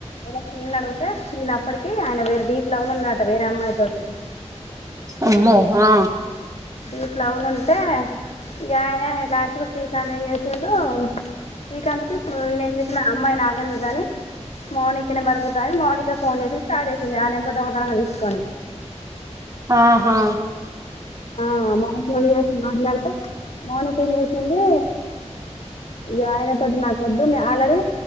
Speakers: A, on the left; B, on the right.
A: వరస్ నిన్ను అడుగుతే సీను అప్పడికీ ఆయన వేరే డీప్ లవ్ లా ఉన్నాడట వేరే అమ్మాయి తోటి.
B: అమ్మో ఆ
A: డీప్ లవ్ నుంటే ఇగ ఆయనే లాస్ట్ కు శ్రీకాంత్ ఏం చేసిడు శ్రీకాంత్ కి ఇప్పుడు ఈయన ఏం చేసిండు అమ్మాయి నాకెందుకు గాని మౌనిక నెంబర్ <unintelligible> మౌనికకి ఫోన్ చేసిస్తే స్టార్ట్ చేసింది ఆ నెంబర్ దొంగతనంగా తీసుకొని.
B: ఆ హా
A: ఆ మౌనిక చేసి మాట్లాడతే మౌనిక ఏం చేసిందీ ఈ ఆయనతోటి నాకు వద్దు ఆల్రెడీ